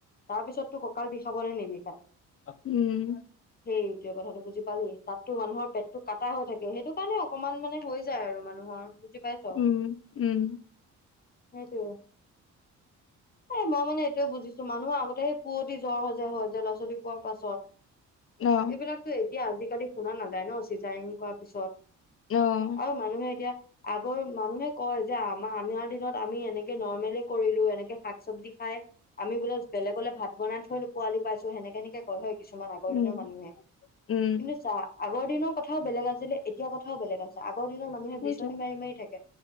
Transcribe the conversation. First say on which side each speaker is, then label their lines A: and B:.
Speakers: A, on the left; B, on the left.
A: তাৰ পিছত টো ক ককাল বিষাব নে নিবিষায়
B: উম
A: সেইটোৱে কথাটো বুজি পালি তাতো মানুহৰ পেটতটো কাটা হৈ থাকে সেইটো কাৰণে অকনমান মানে হৈ যায় আৰু মানুহৰ বুজি- পাইছ?
B: উম উম
A: সেইটোয়ে এই মই মানে এইটোয়ে বুজিছো মানুহ আগতে পুৱতি জ্বৰ হয় যে হয় যে ল'ৰা ছোৱালী পোৱাৰ পাছত
B: অ
A: এইবিলাকতোৱেই। এতিয়া আজিকালি শুনা নাযায় ন চিজাইং কৰা পিছত
B: অ
A: আৰু মানুহে এতিয়া আগৰ মানুহে কয় যে আমাৰ আমাৰ দিনত আমি এনেকে নৰ্মেল কৰিলো এনেকে শাক চবজি খাই আমি বোলে বেলেগলৈ ভাত বনাই থৈ পোৱালি পাইছো সেনেকে সেনেকে কয় হয় কিছুমান আগৰ
B: উম,
A: দিনৰ মানুহে।
B: উম,
A: কিন্তু চা আগৰ দিনৰ কথাও বেলেগ আছিলে এতিয়া কথাও বেলেগ আছে। আগৰ দিনৰ মানুহে
B: সেইটোৱে
A: বিচনী মাৰি মাৰি থাকে